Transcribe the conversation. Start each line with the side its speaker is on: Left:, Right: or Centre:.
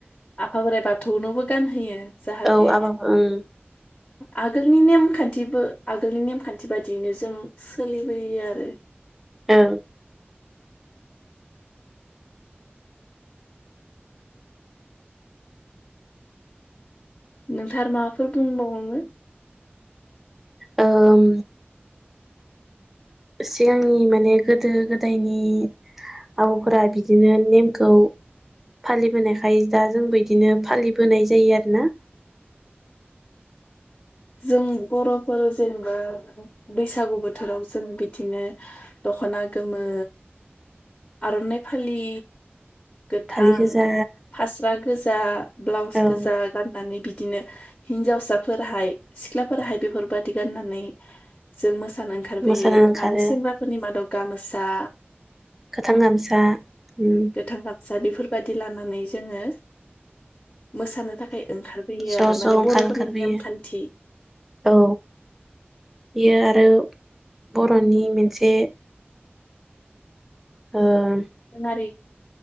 Left: आफा बोराइ बाथौनोबो गानहोयो।
Centre: औ
Left: जाहाथे
Centre: <unintelligible>
Left: आगोलनि नेमखान्थिबो आगोलनि नेमखान्थि बादियैनो जों सोलिबोयो आरो।
Centre: औ।
Left: नोंथार माबाफोर बुंबावोमो।
Centre: उम सिगांनि माने गोदो गोदायनि आबैफोरा बिदिनो नेमखौ फालिबोनायखाय दा जोंबो इदिनो फालिबोनाय जायो आरोना।
Left: जों बर'फोर जेनेबा बैसागु बोथोराव जों बिदिनो दखना गोमो आरनाइ फालि। गोथां
Centre: फालि गोजा
Left: फास्रा गोजा ब्लाउस
Centre: औ
Left: गोजा गाननानै बि बिदिनो हिनजावसाफोरहाय सिख्लाफोरहाय बेफोरबायदि गाननानै जों मोस मोसानो ओंखारबोयो
Centre: मोसानो ओंखारो
Left: आरो सेंग्राफोरनि मादाव गामसा
Centre: गोथां गामसा उम।
Left: गोथां गामसा बेफोरबादि लानानै जोङो। मोसानो थाखाय ओंखारबोयो
Centre: ज'
Left: आरो
Centre: ज'
Left: माने
Centre: ओंखार
Left: बरफोरनि
Centre: ओंखारबोयो
Left: नेमखान्थि
Centre: औ बियो आरो बर'नि मोनसे ओं।
Left: दोरोङारि